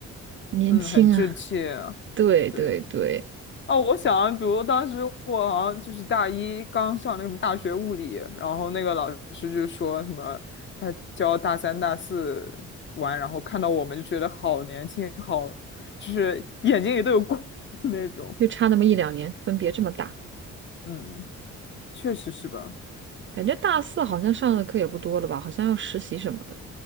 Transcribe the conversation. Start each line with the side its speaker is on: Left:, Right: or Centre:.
Right: 年轻啊。
Left: 嗯，很稚气啊。
Right: 对对对，
Left: 对，啊，我想，比如当时我好像就是大一刚上那个什么大学物理，然后那个老师就说什么，他教大三、大四玩，然后看到我们就觉得好年轻，好，就是眼睛里都有光 <laughs> 那种。
Right: 就差那么一两年，分别这么大，
Left: 嗯，确实是吧。
Right: 感觉大四好像上的课也不多了吧？好像要实习什么的。